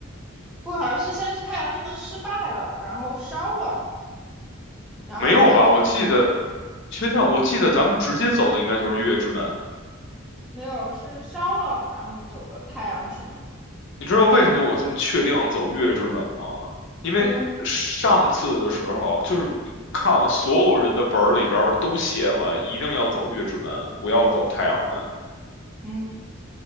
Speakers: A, in the centre; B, on the left.
A: 不，好像是先是太阳之门失败了，然后烧了，然后再重新，
B: 没有吧？我记得，确定，我记得咱们直接走的应该就是月之门。
A: 没有，是烧了，然后走的太阳之门。
B: 你知道为什么我这么确定走月之门吗？因为上次的时候，
A: 嗯
B: 就是你看了所有人的本儿里边儿都写了，一定要走月之门，不要走太阳门，
A: 嗯，